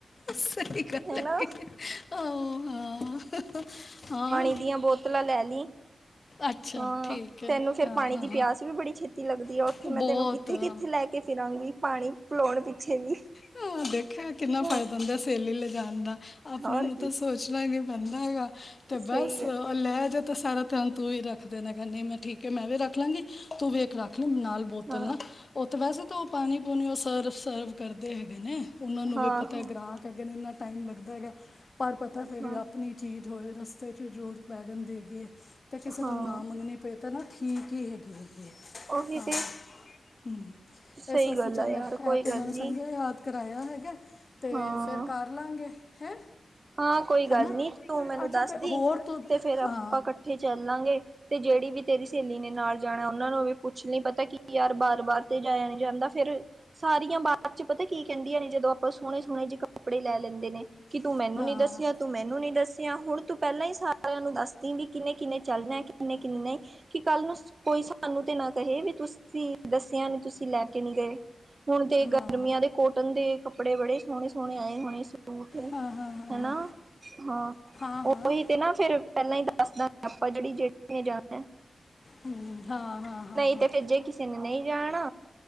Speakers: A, on the left; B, on the right.
A: ਸਈ ਗੱਲ
B: ਹਨਾ
A: ਹੈਗੀ ਹਾਂ ਹਾਂ ਹਾਂ।
B: ਖੁਲ੍ਹੀਆਂ ਬੋਤਲਾਂ ਲੈ ਲਈ।
A: ਅੱਛਾ
B: ਹਾਂ,
A: ਠੀਕ ਹੈ
B: ਤੈਨੂੰ ਫੇਰ
A: ਹਾਂ
B: ਪਾਣੀ
A: ਹਾਂ
B: ਦੀ ਪਿਆਸ ਵੀ ਬੜੀ ਛੇਤੀ ਲੱਗਦੀ ਆ
A: ਹਾਂ
B: ਉੱਥੇ
A: ਬਹੁਤ
B: ਮੈਂ ਤੈਨੂੰ ਕਿੱਥੇ ਕਿੱਥੇ ਲੈ ਕੇ, ਫਿਰਾਂਗੀ ਪਾਣੀ ਪਿਲੋਣ ਪਿੱਛੇ ਵੀ
A: ਹਾਂ ਦੇਖਿਆ ਕਿੰਨਾ
B: ਹਾਂ,
A: ਫ਼ਾਇਦਾ ਸਹੇਲੀ ਲਿਜਾਣ ਦਾ ਆਪਣੇ
B: ਹੋਰ
A: ਨੂੰ
B: ਕੀ
A: ਤਾਂ ਸੋਚ ਸੋਚਣਾ ਨੀ ਪੈਂਦਾ ਹੈਗਾ ਤੇ ਬਸ
B: ਸਹੀ ਗੱਲ
A: ਲੈ ਜਾ ਤਾਂ ਸਾਰਾ ਧਿਆਨ ਤੂੰ ਈ ਰੱਖਦੇ ਨੇ ਹੈਗਾ ਨੀ ਮੈਂ, ਠੀਕ ਐ, ਮੈਂ ਵੀ ਰੱਖ ਲਾਂਗੀ ਤੂੰ ਵੀ ਇਕ ਰੱਖ ਲੀ ਨਾਲ ਬੋਤਲ
B: ਹਾਂ
A: ਨਾ। ਓ ਤੇ ਵੈਸੇ ਤਾਂ ਓ ਪਾਣੀ ਪੂਣੀ ਉਹ ਸਰਵ ਸਰਵ ਕਰਦੇ ਹੈਗੇ ਨੇ ਉਹਨਾਂ ਨੂੰ
B: ਹਾਂ
A: ਵੀ ਪਤਾ
B: ਹਾਂ
A: ਕਹਿ <unintelligible> ਇੰਨਾ ਟਾਈਮ ਲੱਗਦਾ ਹੈਗਾ ਪਰ ਪਤਾ ਫੇਰ
B: ਹਾਂ
A: ਆਪਣੀ। ਚੀਜ਼ ਹੋਵੇ ਰਸਤੇ ਚ ਵੀ ਜ਼ਰੂਰਤ ਪੈ ਜਾਂਦੀ ਹੈਗੀ ਏ ਤੇ ਕਿਸੇ
B: ਹਾਂ
A: ਕੋਲ ਨਾ ਮੰਗਣੇ। ਫਿਰ ਤਾਂ ਨਾ ਠੀਕ ਈ ਹੈਗੀ ਏ।
B: ਉਹੀ
A: ਹਾਂ
B: ਤੇ
A: ਹੂੰ,
B: ਸਹੀ
A: ਇਸ ਵਾਸਤੇ
B: ਗੱਲ
A: ਚੱਲ
B: ਆ ਯਾਰ
A: ਏ ਤਾਂ
B: ਕੋਈ ਗੱਲ
A: ਏ ਮੈਨੂੰ ਨੂੰ
B: ਨੀ
A: ਸੰਘਿਆ ਯਾਦ ਕਰਾਇਆ ਹੈਗਾ ਤੇ
B: ਹਾਂ
A: ਫਿਰ ਕਰ ਲਾਂਗੇ ਹੈ!
B: ਹਾਂ, ਕੋਈ ਗੱਲ
A: ਹੈਨਾ
B: ਨੀ ਤੂੰ ਮੈਨੂੰ
A: ਅੱਛਾ
B: ਦੱਸਦੀ
A: ਤੇ ਹੋਰ ਤੂੰ
B: ਤੇ ਫੇਰ ਆਪਾਂ
A: ਹਾਂ
B: ਕੱ ਠੇ ਚੱਲਾਂਗੇ ਤੇ ਜਿਹੜੀ ਵੀ ਤੇਰੀ ਸਹੇਲੀ ਨੇ ਨਾਲ ਜਾਣਾ ਉਹਨਾਂ ਨੂੰ ਵੀ ਪੁੱਛ ਲੀ ਪਤਾ ਕੀ ਯਾਰ ਬਾਰ ਬਾਰ ਤੇ ਜਾਇਆ ਨੀ ਜਾਂਦਾ ਫਿਰ, ਸਾਰੀਆਂ ਬਾ ਚ ਪਤਾ ਕੀ ਕਹਿੰਦੀਆਂ ਨੇ ਜਦੋਂ ਆਪ ਸੋਹਣੇ ਸੋਹਣੇ ਜੇ ਕੱਪੜੇ ਲੈ ਲੈਂਦੇ ਨੇ ਕਿ ਤੂੰ
A: ਨੇ
B: ਮੈਨੂੰ
A: ਹਾਂ
B: ਨੀ ਦੱਸਿਆ ਤੂੰ ਮੈਨੂੰ ਨੀ ਦੱਸਿਆ। ਤੇ ਹੁਣ ਤੂੰ ਪਹਿਲਾਂ ਈ ਸਾਰਿਆਂ ਨੂੰ ਦੱਸਦੀ ਵੀ ਕਿੰਨੇ- ਕਿੰਨੇ ਚੱਲਣਾ ਕਿੰਨੇ-ਕਿੰਨੇ ਨੀ। ਕਿ ਕੱਲ ਨੂੰ ਕੋਈ ਸਾਨੂੰ ਤੇ ਨਾ ਕਹੇ ਵੀ ਤੁਸੀਂ ਦੱਸਿਆ ਨੀ ਤੁਸੀਂ ਲੈ ਕੇ ਨੀ ਗਏ। ਹੁਣ ਤੇ
A: ਹਾਂ
B: ਗਰਮੀਆਂ ਦੇ ਕੋਟਨ ਦੇ ਕੱਪੜੇ ਬੜੇ ਸੋਹਣੇ-ਸੋਹਣੇ ਆਏ ਹੋਣੇ ਸੂਟ।
A: ਹਾਂ ਹਾਂ ਹਾਂ
B: ਹਨਾ ਹਾਂ
A: ਹਾਂ ਹਾਂ
B: ਓਹੀ
A: ਹਾਂ
B: ਤੇ ਨਾ ਫੇਰ, ਪਹਿਲਾਂ ਈ ਦੱਸਦਾਂ ਆਪਾਂ ਜਿਹੜੀ-ਜਿਹੜੀ ਨੇ ਜਾਣਾ।
A: ਹੂੰ, ਹਾਂ-ਹਾਂ, ਹਾਂ-ਹਾਂ,
B: ਨਹੀਂ
A: ਹਾਂ।
B: ਤੇ ਫਿਰ ਜੇ ਕਿਸੇ ਨੇ ਨਹੀਂ ਜਾਣਾ